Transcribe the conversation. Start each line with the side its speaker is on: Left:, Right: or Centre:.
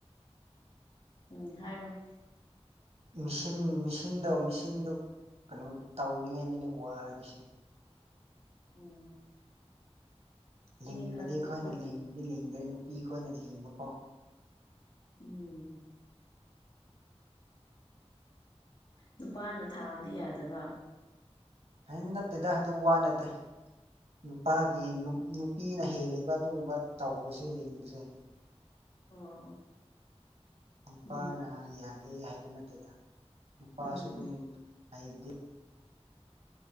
Left: ꯎꯝ ꯍꯥꯏꯔꯣ
Right: ꯃꯤꯁꯤꯟ ꯃꯤꯁꯤꯟꯗꯣ ꯃꯤꯁꯤꯟꯗꯣ ꯀꯩꯅꯣ ꯇꯧꯅꯤꯡꯉꯥꯏꯅꯤꯅꯦ ꯋꯥꯔꯤꯁꯦ
Left: ꯎꯝ
Right: ꯂꯤꯡꯕꯗꯤ
Left: ꯃꯤ ꯈꯔꯛꯇꯤ
Right: ꯑꯩꯈꯣꯏꯅ
Left: ꯈꯨꯠ
Right: ꯂꯤꯡꯕꯗꯤ ꯂꯤꯡꯗ꯭ꯔꯦ ꯅꯨꯄꯤ ꯈꯣꯏꯅ ꯂꯤꯡꯕꯀꯣ
Left: ꯎꯝ ꯅꯨꯄꯥꯅ ꯊꯥꯕꯗꯤ ꯌꯥꯗꯕ
Right: ꯑꯦ ꯅꯠꯇꯦꯗ ꯑꯗꯨ ꯋꯥ ꯅꯠꯇꯦ ꯅꯨꯄꯥꯒꯤ ꯅꯨ ꯅꯨꯄꯤꯅ ꯍꯦꯜꯂꯤꯕ ꯑꯗꯨꯒꯨꯝꯕ ꯇꯧꯕꯁꯦ ꯂꯤꯡꯕꯁꯦ
Left: ꯑꯣ ꯑꯣ
Right: ꯅꯨꯄꯥꯅ
Left: ꯎꯝ
Right: ꯌꯥꯗꯦ ꯍꯥꯏꯕ ꯅꯠꯇꯦꯗ ꯅꯨꯄꯥꯁꯨ
Left: ꯎꯝ ꯎꯝ
Right: ꯑꯗꯨꯝ
Left: ꯎꯝ
Right: ꯍꯩꯕꯗꯤ